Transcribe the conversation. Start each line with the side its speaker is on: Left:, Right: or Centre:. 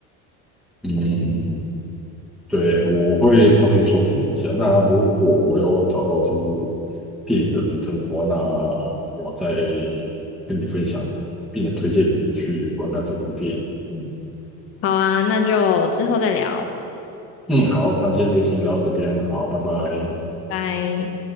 Centre: 嗯，嗯对，我会尝试搜寻一下。那如果我有找到这部电影的名称的话，那我再跟你分享，并且推荐你去观看这部电影。嗯
Left: 好啊，那就之后再聊，
Centre: 嗯，好，那今天就先聊到这边，好，拜拜。
Left: 拜。